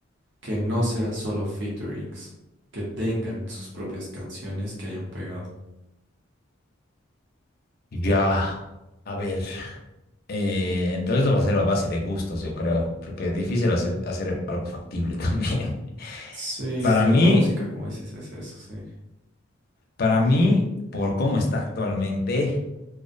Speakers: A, on the right (about 60°); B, on the left (about 50°).
A: que no sea solo featurings, que tengan sus propias canciones que hayan pegado.
B: Ya, a ver. Eh, entonces va a ser a base de gustos, yo creo, porque es difícil hacer, hacer algo factible también. <laughs>
A: Sí, en
B: Para Sí. mí,
A: la música, como dices, es eso, sí.
B: para mí, por cómo está actualmente,